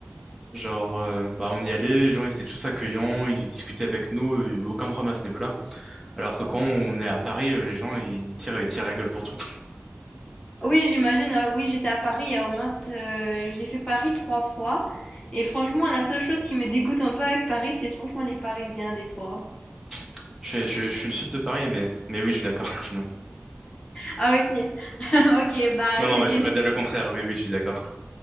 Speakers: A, in the centre; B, on the left.
A: Genre euh, bah on y allait, les gens ils étaient tous accueillants, ils discutaient avec nous, euh, aucun problème à ce niveau-là. Alors que quand on est à Paris, euh, les gens ils tirent ils tirent la gueule pour tout.
B: Oui, j'imagine. euh, oui, j'étais à Paris il y a au moins, euh, j'ai fait Paris trois fois. Et franchement, la seule chose qui me dégoûte un peu avec Paris, c'est franchement les Parisiens des fois.
A: <laughs> Je, suis- je, suis- je suis du sud de Paris mais mais oui je suis d'accord <laughs> sinon.
B: Ah ok, <laughs> ok, bah
A: Non, non,
B: c'était.
A: mais je vais pas dire le contraire. Oui, oui, je suis d'accord.